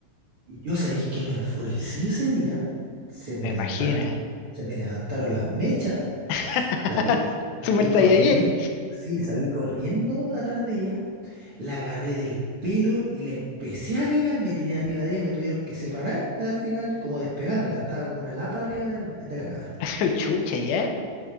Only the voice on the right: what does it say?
Y yo sabéis que me enfurecí ese día. Se me
levantaron,
se me levantaron las mechas.
Salí, salí
corriendo. Sí, salí corriendo atrás de ella La agarré del pelo y la empecé a pegar, me tiré arriba de ella, me tuvieron que separar al final, como despegármela, estaba como una lapa arriba de la, de la cámara.